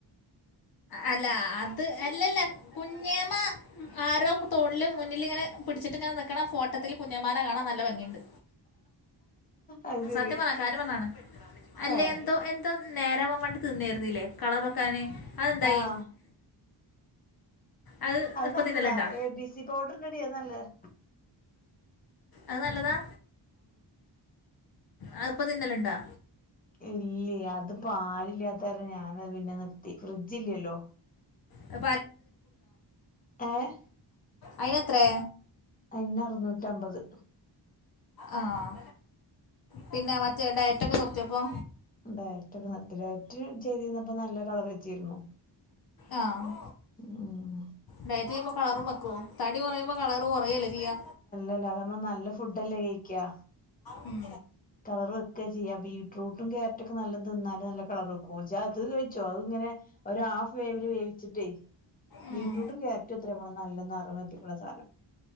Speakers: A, on the left (about 55°); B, on the left (about 20°).
A: അല്ല അത് അല്ലല്ല കുഞ്ഞേമ്മ ഉം ആരോ തോളിൽ മുന്നിലിങ്ങനെ പിടിച്ചിട്ട് ഇങ്ങനെ നിക്കണ ഫോട്ടത്തിൽ കുഞ്ഞമ്മാനെ കാണാൻ നല്ല ഭംഗിണ്ട്.
B: അത് ശെരി
A: സത്യം പറഞ്ഞ ആ കാര്യം പറഞ്ഞതാണ് അല്ലേ
B: ഏഹ്
A: എന്തോ എന്തോ നേരാവാൻ വേണ്ടി തിന്നായിരുന്നല്ലേ കളറൊക്കാന്. അതെന്തായി
B: ആഹ്
A: അത് ഇപ്പ
B: നല്ലതാ
A: തിന്നല് ഉണ്ടോ.
B: എ ബി പൗഡർ ഇണ്ടടീ അത് നല്ലത്
A: അത് നല്ലതാ അഅ് ഇപ്പ തിന്നലുണ്ടാ.
B: ഇല്ല അത് പാലില്ലാത്ത കാരണം ഞാനത് പിന്നെ നിർ ത്തി ഫ്രിഡ്ജ് ഇല്ലല്ലോ
A: അത്
B: ഏഹ്
A: അയിന് ത്രേ
B: അയിന് അറുന്നൂറ്റിഅമ്പത്.
A: ആഹ് പിന്നെ മറ്റേ ഡയറ്റൊക്കെ നിർത്തിയോപ്പോ.
B: ഡയറ്റൊക്കെ നിർത്തിഡയറ്റ് ചെയ്തിരന്നപ്പോ നല്ല കളർ വച്ചിരുന്നു.
A: ആഹ്
B: ഉം
A: ഡയറ്റ് ചെയ്യുമ്പോ കളറും വയ്ക്കുവോ തടി കുറയുമ്പോ കളറ് കുറയല്ലേ ചെയ്യാ.
B: അല്ല അത് നമ്മള് നല്ല ഫു ല്ല ഫുടല്ലേ കഴിക്കാ.
A: ഉം
B: കളർ വെക്കാ ചെയ്യാ ബീട്രൂട്ടും ക്യാരറ്റ് ഒക്കെ നല്ല തിന്നാല് നല്ല കളർ വെക്കും. ജ്ജാ അത് കഴിച്ചോ അത് ഇങ്ങനെ ഒരു ഹാഫ് വേവില് വേവിച്ചിട്ടേ.
A: ഉം
B: ബീട്രൂട്ടും ക്യാരറ്റും ത്രേ നമ്മളെ നല്ലം നറം വെപ്പിക്കുന്ന സാധനം.